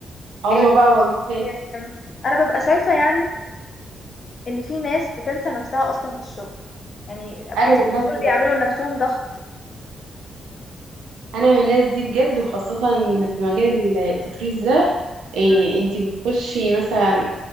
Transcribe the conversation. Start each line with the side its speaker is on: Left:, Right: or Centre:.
Right: هما
Left: آه،
Right: بقى والله
Left: آه، انا ببقى شايفة يعني ان في ناس بتنسى نفسها اصلا في الشغل يعني بحس
Right: انا من الناس
Left: دول
Right: دي
Left: بيعملوا
Right: بقى.
Left: لنفسهم ضغط
Right: انا من الناس دي بجد وخاصه في مجال التطريز ده إيه
Left: مم.
Right: انت بتخشي مثلا